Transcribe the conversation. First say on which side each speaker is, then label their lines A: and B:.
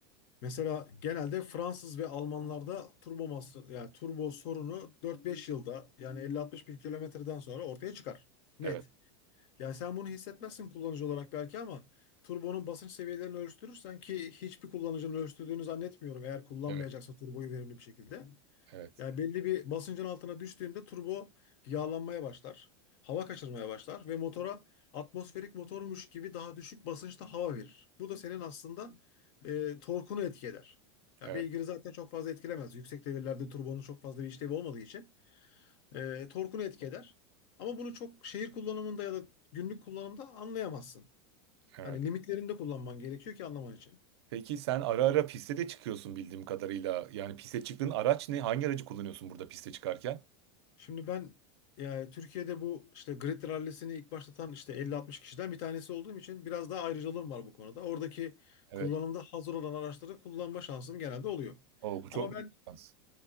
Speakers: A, on the left (about 35°); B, on the right (about 70°).
A: Mesela genelde Fransız ve Almanlarda turbo masraf yani turbo sorunu 4-5 yılda yani 50-60 bin kilometreden sonra ortaya çıkar. Net.
B: Evet.
A: Yani sen bunu hissetmezsin kullanıcı olarak belki ama turbonun basınç seviyelerini ölçtürürsen ki hiçbir kullanıcının ölçtürdüğünü zannetmiyorum eğer kullanmayacaksa
B: Evet.
A: turboyu verimli bir şekilde.
B: Evet.
A: Yani belli bir basıncın altına düştüğünde turbo yağlanmaya başlar. Hava kaçırmaya başlar ve motora atmosferik motormuş gibi daha düşük basınçta hava verir. Bu da senin aslında e, torkunu etki eder.
B: Evet.
A: Ya beygiri zaten çok fazla etkilemez. Yüksek devirlerde turbonun çok fazla bir işlevi olmadığı için e, torkunu etki eder. Ama bunu çok şehir kullanımında ya da günlük kullanımda anlayamazsın.
B: Evet.
A: Hani limitlerinde kullanman gerekiyor ki anlaman için.
B: Peki sen ara ara piste de çıkıyorsun bildiğim kadarıyla. Yani piste çıktığın araç ne? Hangi aracı kullanıyorsun burada piste çıkarken?
A: Şimdi ben yani Türkiye'de bu işte grid rallisini ilk başlatan işte elli altmış kişiden bir tanesi olduğum için biraz daha ayrıcalığım var bu konuda. Oradaki
B: Evet.
A: kullanımda hazır olan araçları kullanma şansım genelde oluyor.
B: Oo, bu çok
A: Ama ben
B: büyük bir şans.